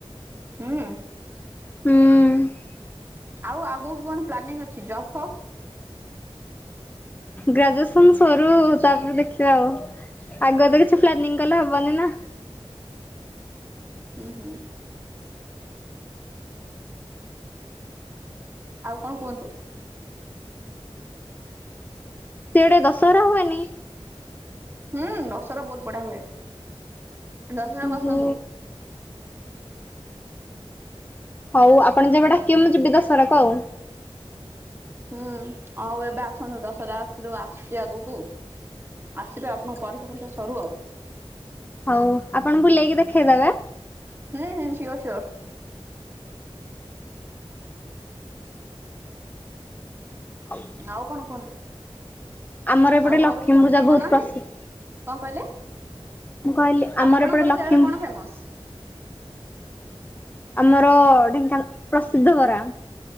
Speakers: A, on the right; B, on the left.
A: ହୁଁ।
B: ହୁଁ
A: ଆଉ ଆଗକୁ କଣ ପ୍ଲାନିଂ ଅଛି ଜବ ଫବ?
B: ଗ୍ରାଜୁଏସନ ସରୁ ତାପରେ ଦେଖିବା ଆଉ ଆଗ ତ କିଛି ପ୍ଲାନିଂ କଲେ ହବନି ନା।
A: ହୁଁ ହୁଁ। ଆଉ କଣ କୁହନ୍ତୁ?
B: ସେଆଡେ ଦଶହରା ହୁଏନି?
A: ହୁଁ ଦଶହରା ବହୁତ ବଢିଆ ହୁଏ ଦଶହରା
B: ଓହୋ
A: କୁ ଆସନ୍ତୁ।
B: ହଉ ଆପଣ ଯେବେ ଡାକିବେ ମୁଁ ଯିବି ଦଶହରାକୁ ଆଉ।
A: ହୁଁ ଆଉ ଏବେ ଆସନ୍ତୁ ଦଶହରା ଆଗକୁ ଆସୁଛି ଆଗକୁ। ଆସିବେ ଆପଣ ପରୀକ୍ଷା ଫରୀକ୍ଷା ସରୁ ଆଉ।
B: ହଉ ଆପଣ ବୁଲେଇକି ଦେଖେଇଦେବେ।
A: ହୁଁ ହୁଁ ସିଓର ସିଓର।
B: ଆଉଁ।
A: ଆଉ କଣ କୁହନ୍ତୁ?
B: ଆମର ଏପଟେ
A: ଆଉ ଘରକୁ
B: ଲକ୍ଷ୍ମୀ
A: ଫୋନ
B: ପୂଜା
A: ଫୋନ
B: ବହୁତ
A: କରୁନାହାନ୍ତି।
B: ପ୍ରସିଦ୍ଧ।
A: କଣ କହିଲେ?
B: ମୁଁ କହିଲି ଆମର
A: ଆପଣଙ୍କର
B: ଏପଟେ ଲକ୍ଷ୍ମୀ
A: ସେଆଡେ କଣ ଫେମସ?
B: ଆମର ଢେଙ୍କାନାଳ ପ୍ରସିଦ୍ଧ ବରା।